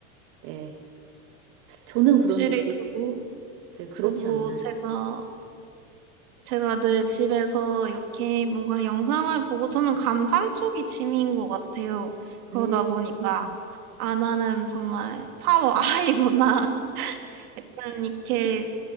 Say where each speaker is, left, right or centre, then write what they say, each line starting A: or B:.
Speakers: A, on the right; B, on the right.
A: 네. 저는
B: 확실히
A: 그런데, 그,
B: 저도,
A: 네, 그렇지
B: 저도
A: 않나요?
B: 제가, 제가 늘 집에서 이렇게 뭔가 영상을 보고, 저는 감상 쪽이 취미인 것 같아요. 그러다
A: 음.
B: 보니까,
A: 음.
B: 아, 나는 정말 파워 아이구나. <laughs> 약간 이렇게